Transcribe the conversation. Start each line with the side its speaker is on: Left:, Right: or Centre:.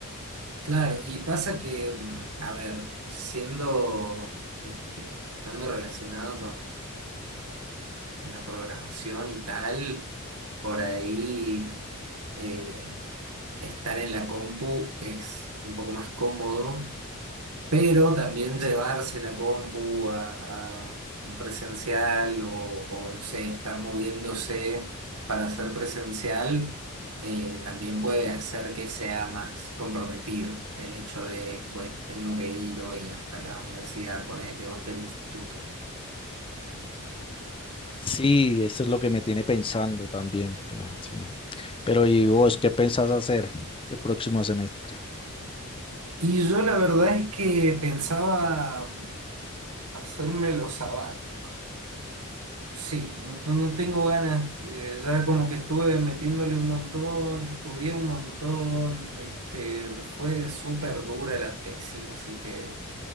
Right: Claro, y pasa que, mm, a ver, siendo, este, estando relacionado con con la programación y tal, por ahí eh, estar en la compu es un poco más cómodo pero también llevarse la compu a, a un presencial o, o, no sé, estar moviéndose para hacer presencial, eh, también puede hacer que sea más comprometido el hecho de, bueno, tengo que ir hoy hasta la universidad, ponerle o hasta el instituto.
Left: Sí, eso es lo que me tiene pensando también. Pero, sí. Pero ¿y vos qué pensás hacer el próximo semestre?
Right: Y yo la verdad es que pensaba hacerme los sabáticos. Sí, no, no no tengo ganas, eh, ya como que estuve metiéndole un montón, estudié un montón, este, fue súper dura la tesis, así que